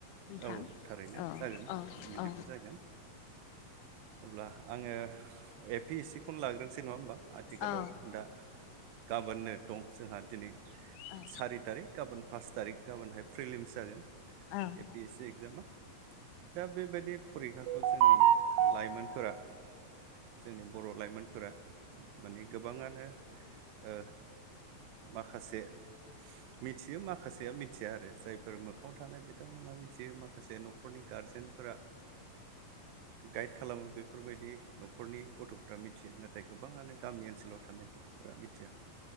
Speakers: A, on the left; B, on the right.
A: नोंथां
B: औ थारैनो
A: औ
B: जागोन
A: औ
B: बिदिबो
A: औ
B: जागोन अब्ला आङो ए पि एस सि खौनो लाग्रोनोसै नङा होमबा आथिखालाव
A: औ
B: दा गाबोननो दं जोंहा दिनै
A: औ
B: सारि थारिख गाबोन पास थारिख गाबोनहाय फ्रिलिम्स जागोन
A: औ
B: ए पि एस सि एक्जामा दा बेबायदि फरिखाखौ जोंनि लाइमोनफोरा जोंनि बर' लाइमोनफोरा माने गोबाङानो ओ माखासे मिथियो माखासेया मिथिया आरो जायफोर मोखाङाव थानाय बिदि बिथांमोनहा मिथियो माखासे न'खरनि गारजेनफोरा गाइड खालामो बेफोरबायदि न'खरनि गथ'फोरा मिथियो नाथाय गोबाङानो गामि जोंनि ओनसोलाव थानाय गथ'फोरा मिथिया